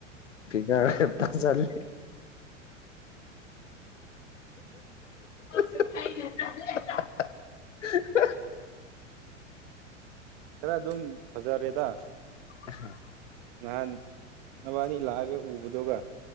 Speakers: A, on the left; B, on the right.
A: ꯐꯤꯀꯥꯔ ꯍꯦꯛꯇ ꯆꯂ <inaudible>
B: ꯐꯔ ꯑꯗꯨꯝ ꯐꯖꯔꯦꯗ
A: ꯎꯝ
B: ꯅꯥꯍꯟ ꯅꯕꯥꯟꯅꯤ ꯂꯛꯑꯒ ꯎꯗꯒ